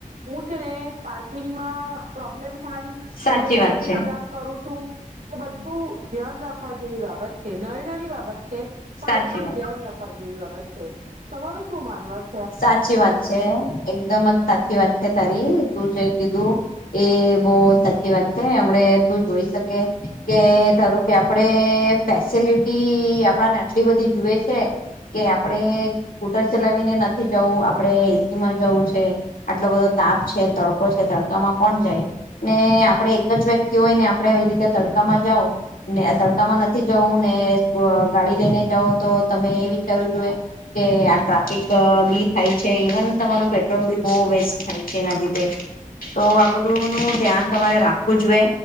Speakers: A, on the right; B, on the left.
A: હું છે ને પાર્કિંગમાં પ્રોબ્લેમ થાય
B: સાચી
A: ને ટ્રાફિક
B: વાત છે
A: જામ કરું છ શું એ બધું ધ્યાન રાખવા જેવી બાબત છે નરણની બાબત છે. પણ
B: સાચી
A: એકદમ
B: વાત
A: ધ્યાન રાખવા જોઈ વાત. છ તમારું શું માનવા મેં?
B: સાચી વાત છે. એકદમ જ સાચી વાત છે તારી તું જે કીધું. એ બહુ સાચી વાત છે એમણે તું જોઈ શકે કે ધારો કે આપડે ફેસિલિટી આપડાને આટલી બધી જુએ છે કે આપડે સ્કૂટર ચલાવીને નથી જવું આપડે એસી માં જવું છે આટલો બધો તાપ છે તડકો છે તડકામાં કોણ જાય ને આપડે એક જ વ્યક્તિ હોય ને આપણે એ રીતે તડકામાં જાઓ ને તડકામાં નથી જવું ને ગાડી લઈને જઓ તો તમે એ વિચારવું જોઈએ કે આ ટ્રાફિક થાય છે ઇવન તમારું પેટ્રોલ બી બહુ વેસ્ટ થાય છે એના લીધે તો આ બધું નું ધ્યાન તમારે રાખવું જોઈએ